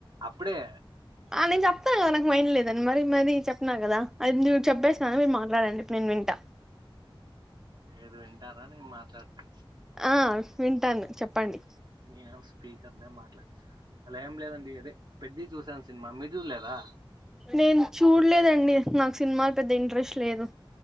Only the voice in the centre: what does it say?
ఆ నేను చెప్తా కదా నాకు మైండ్ లేదని, మరి మరి చెప్నా కదా. అది నువ్ చెప్పేస్నా కదా మీరు మాట్లాడండి ఇప్పుడు నేన్ వింట.
ఆ వింటాను చెప్పండి
నేను చూడలేదండి. నాకు సినిమాలు పెద్ద ఇంట్రెస్ట్ లేదు